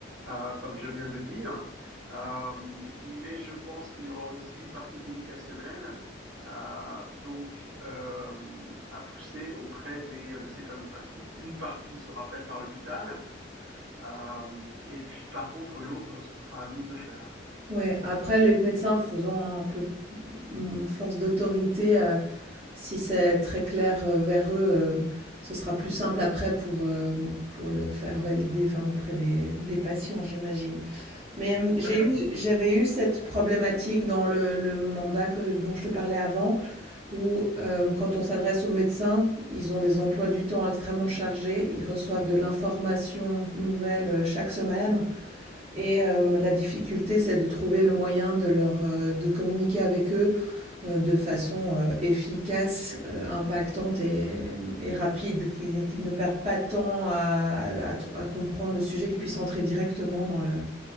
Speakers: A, on the right; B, on the right.
A: euh, comme je viens de le dire. Euh, mais je pense qu'il y aura aussi une partie éducationnelle à, donc euh, à pousser auprès des, euh, de ces fameux patients. Une partie sera faite par l'hôpital, euh, et puis par contre l'autre, ce sera à nous de le faire.
B: ouais. Après les médecins faisant un peu, mmh, force d'autorité, heu, si c'est très clair, heu, vers eux, hem, ce sera plus simple après pour, hem, pour le faire valider, enfin, auprès des des patients, j'imagine. Mais, hem,
A: Tout
B: j'ai
A: à fait,
B: eu j'avais eu cette problématique dans le le mandat que dont je te parlais avant, où euh, quand on s'adresse aux médecins, ils ont des emplois du temps extrêmement chargés, ils reçoivent de l'information nouvelle euh, chaque semaine et euh, la difficulté c'est de trouver le moyen de leur euh, de communiquer avec eux euh, de façon euh, efficace, euh, impactante et, et rapide, qu'ils qu'ils ne perdent pas de temps à, à- à tr- à comprendre le sujet, qu'ils puissent entrer directement dans le